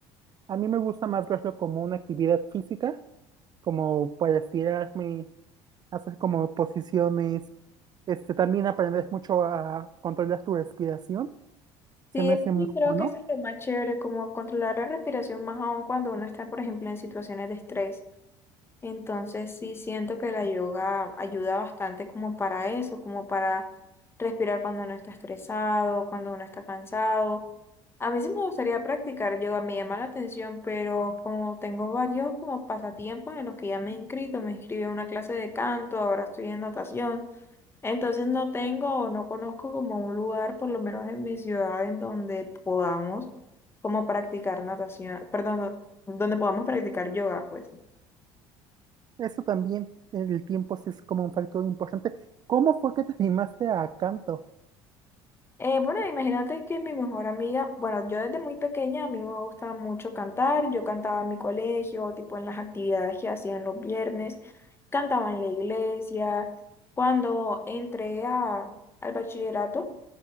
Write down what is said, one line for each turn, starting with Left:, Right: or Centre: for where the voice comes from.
Right: A mí me gusta más verlo como una actividad física, como para estirarme, hacer como posiciones, este, también aprendes mucho a controlar tu respiración, se
Left: Sí,
Right: me hace
Left: sí,
Right: muy
Left: creo
Right: bueno.
Left: que eso es lo más chévere, como controlar la respiración más aún cuando uno está, por ejemplo, en situaciones de estrés. Entonces sí siento que la yoga ayuda bastante como para eso, como para respirar cuando uno está estresado, cuando uno está cansado. A mí sí me gustaría practicar yoga, me llama la atención, pero como tengo varios como pasatiempos en los que ya me he inscrito, me inscribí a una clase de canto, ahora estoy en natación, entonces no tengo o no conozco como un lugar, por lo menos en mi ciudad, en donde podamos como practicar natación, perdón, no, donde podamos practicar yoga, pues.
Right: Eso también, el tiempo sí es como un factor importante. ¿Cómo fue que te animaste a canto?
Left: Eh, bueno, imagínate que mi mejor amiga, bueno, yo desde muy pequeña a mí me gustaba mucho cantar, yo cantaba en mi colegio, tipo en las actividades que hacían los viernes, cantaba en la iglesia. Cuando entré a- al bachillerato,